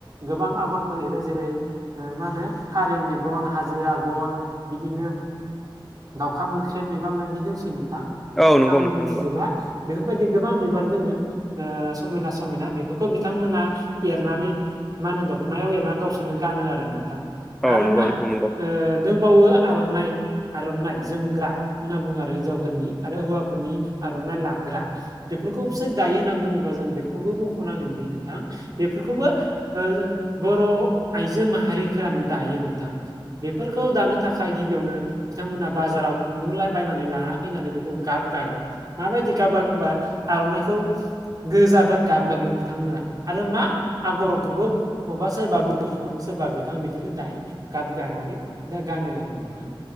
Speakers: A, on the right; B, in the centre.
A: गोबां आगरफोर एरो जेरै मा होनो फारौ मेगन हाजो आगर बिदिनो दाउखा मोख्रेब मयबा मायबि दंसै नोंथां
B: औ नंगौ
A: आंबो
B: नोंथां
A: मिथिजोबा
B: नंगौ
A: बेफोरबायदि गोबां बिबार दोङो समायना समायना बेफोर खौ बिथांमोना एरनानै मा होनो दखनायाव एरनानै गावसोरनो गानो आरो नोंथां
B: औ
A: आरो
B: नंगौ
A: मा
B: नोंथां नंगौ
A: दंबावो आर'नाइ आर'नाइ जोमग्रा होनना बुङो आरो हिन्जावफोरनि आरो हौवाफोरनि आर'नाइ लाग्रा बेफोरखौसोर दायो होनना बुङोब्ला जोङो बेखौबो बुंख'नांगोनदि नोंथां बेफोरखौबो ओ बर' आइजो माहारिफोरानो दायो नोंथां बेफोरखौ दानो थाखाय गिबियावनो बिथांमोनहा बाजाराव खुन्दुंलााय बायनानै लाना फैनानै बेखौ गाबगागोन माबायदि गाबगागोन होनबा आर'नाइखौ गोजाद गाबगागोन बिथांमोना आरो मा आगरखौबो अबेबा सोरबा गुफुर सोरबा गोथां बिदिनो दायो गाब गानानै दा गानो आरो नोंथां